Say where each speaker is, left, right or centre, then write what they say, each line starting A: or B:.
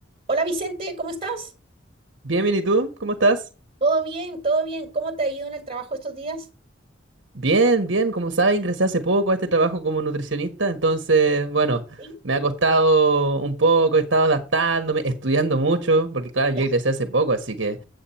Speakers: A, on the right (about 35°); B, on the right (about 70°).
A: Hola Vicente, ¿cómo estás?
B: Bien, bien, ¿y tú? ¿Cómo estás?
A: ¿Todo bien? ¿Todo bien? ¿Cómo te ha ido en el trabajo estos días?
B: Bien, bien, como sabes, ingresé hace poco a este trabajo como nutricionista, entonces, bueno,
A: Sí,
B: me ha costado un poco, he estado adaptándome, estudiando mucho, porque claro, yo
A: ya.
B: ingresé hace poco, así que